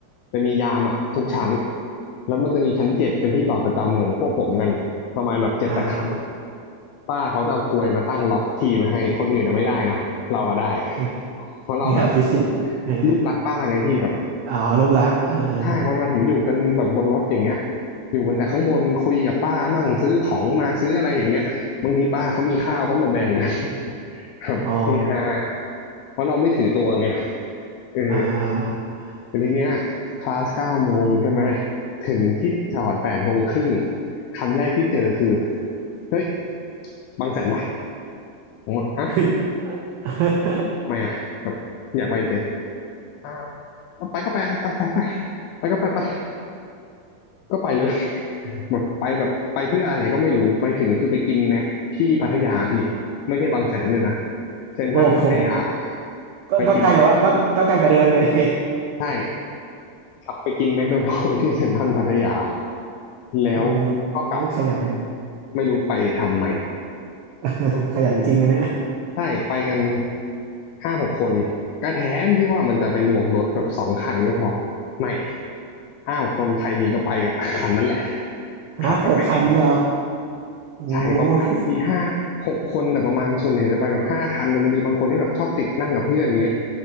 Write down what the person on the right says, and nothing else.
อ่าฮะ
เออ
คืออภิสิทธิ์เออ
อ๋อลูกรักอ่าอา
อ๋อ
อ่าอ่าอ่า
เฮ้ย <laughs>
โอ้โหก็ก็ไกลกว่าก็ก็ไกลกว่าเดิมอีกันดิ
<laughs>
โอ้
โหขยันกัน
<laughs>
ขยันจริงอันเนี้ย
ฮะหกคันเงี้ยเหรอ
โอ้
โห